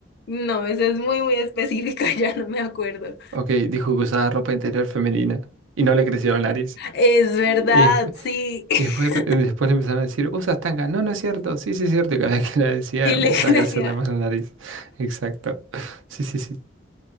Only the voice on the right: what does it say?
Ok, dijo que usaba ropa interior femenina y no le creció la nariz.
Y después,
y después, re- después le empezaron a decir, usas tanga. No, no es cierto. Sí, sí es cierto. Y cada vez que la decía
empezaba
a crecerle más la nariz. <laughs> Exacto. Sí, sí, sí.